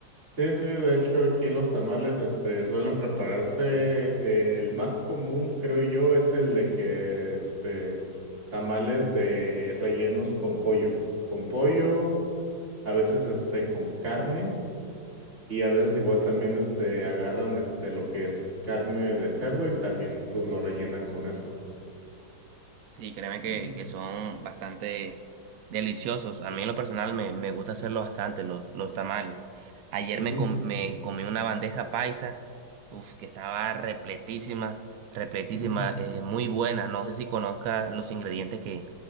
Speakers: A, on the right; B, on the right.
A: sí, sí, de hecho aquí los tamales, este, suelen prepararse, eh, el más común, creo yo, es el de que, este, tamales de rellenos con pollo, con pollo, a veces, este, con carne. Y a veces igual también este agarran este lo que es carne de cerdo y también pues lo rellenan con eso.
B: Sí, créeme que,
A: Ujú,
B: que son bastante deliciosos. A mí en lo personal me, me gusta hacerlo bastante, los, los tamales. Ayer
A: ujú,
B: me, com- me comí una bandeja paisa, uf, que estaba repletísima, repletísima,
A: ujú.
B: eh, muy buena. No sé si conozcas los ingredientes que,